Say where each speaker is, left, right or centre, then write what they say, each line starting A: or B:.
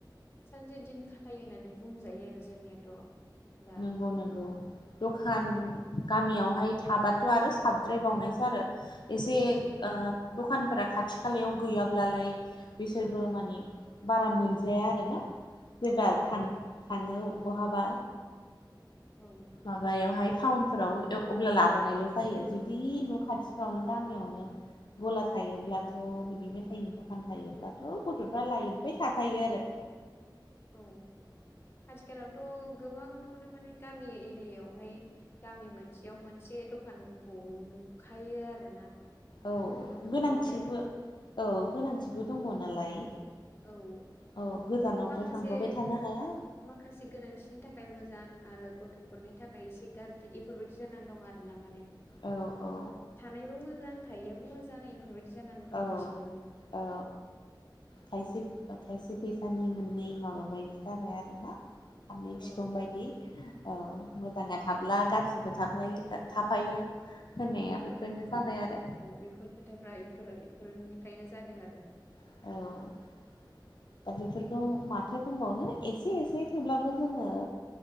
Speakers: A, on the left (about 30°); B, on the left (about 70°).
A: सानसे दिन खाथायो होननानै बुंजायो आरो जोंनियाथ' दा
B: नंगौ नंगौ दखान
A: औ
B: गामियावहाय थाबाथ' आरो साबद्रायबावनायसो आरो एसे
A: औ
B: दखानफोरा खाथि खालायाव गैयाब्लालाय बिसोरबो माने बारा मोनजाया आरोना जेब्ला
A: औ
B: थाङो बहाबा
A: औ
B: माबायावहाय टाउनफोराव अब्ला लाबोनायल' जायो जुदि न' खाथिफ्रावनो गामियावनो गला थायोब्लाथ' बिदि मेथाइनि दखान थायोब्लाथ' गथ'फ्रा लायबाय थाखायो आरो
A: औ आथिखालावथ' गोबाङावनो माने गामि एरियायावहाय गामि मोनसेयाव मोनसे दखानखौ नुखायो आरोना
B: औ
A: नुनो मोनखायो
B: गोनांथिबो
A: आरो
B: औ गोनांथिबो दङ नालाय
A: औ
B: औ गोजानावथ'
A: माखासे
B: थांब्रबाय थानो हाया
A: माखासे गोनांथिनि थाखाय मोजां आरो गथ'फोरनि थाखाय एसे गाज्रि इफोरबायदि बिदि जानानै दं आरोना माने
B: औ औ
A: थानायबो मोजां थायैआबो मोजां इफोरबायदि जानानै दंगासिनो
B: औ
A: माने
B: औ थायसे थायसे फैसानि मोननै माबा बायदि जाबाय आरोना फारनै
A: औ
B: फिखं बायदि औ मोजाङा थाब्ला गाज्रिबो थाफायो होनाया बेफोरनो जाबाय आरो
A: बेफोरजोब खथाफ्रा इफोरो इफोरनिफ्रायनो जादों आरो
B: औ दा बेफोरखौ माथो बुंबावनो एसे एसे थेवब्लाबो जोङो